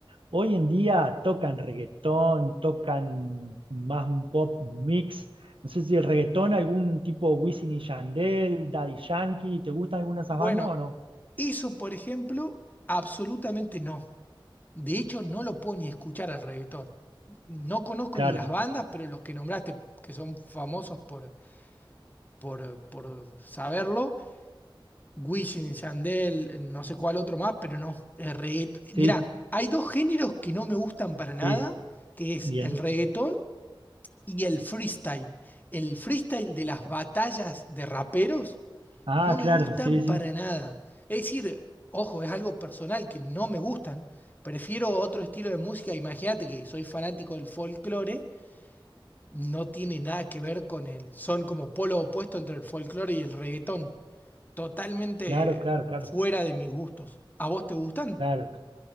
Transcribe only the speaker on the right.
Hoy en día tocan reggaetón, tocan más un pop mix. No sé si el reggaetón, algún tipo Wisin y Yandel, Daddy Yankee, ¿te gustan alguna de esas
bandas o no?
Claro.
Sí,
sí,
bien.
Ah,
claro,
sí, sí,
claro, claro, claro,
claro,